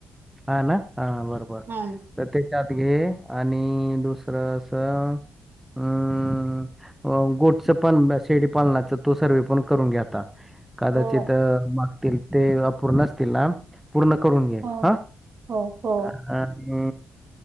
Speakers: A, in the centre; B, on the right (about 55°).
A: हां ना हा बरोबर
B: हो
A: तर त्याच्यात घे आणि दुसरं अस अम् गोठच पण शेडीपालनाच तो सर्वे पण करून घ्याता कदाचित
B: हो
A: मागतील ते अपूर्ण असतील ना पूर्ण करून घे
B: हो
A: हा
B: हो हो
A: अ हम्म